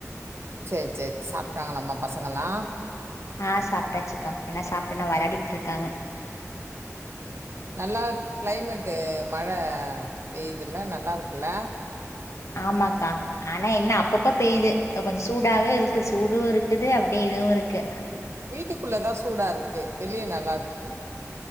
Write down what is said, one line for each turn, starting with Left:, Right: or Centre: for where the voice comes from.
Right: சேர் சேர் சாப்ட்டாங்களாமா பசங்கல்லா
Left: ஆ சாப்ட்டாச்சுக்கா எல்லா சாப்ட்டோன வெளாடிட்ருக்காங்க
Right: நல்லா கிளைமேட்டு மழ பெய்துல நல்லாருக்குல்ல
Left: ஆமாக்கா ஆனா என்ன அப்பப்ப பெய்து அ கொஞ்சொ சூடாவு இருக்கு சூடு இருக்குது அப்டியே இதுவு இருக்கு
Right: வீட்டுக்குள்ள தா சூடாருக்கு வெளிய நல்லாருக்கு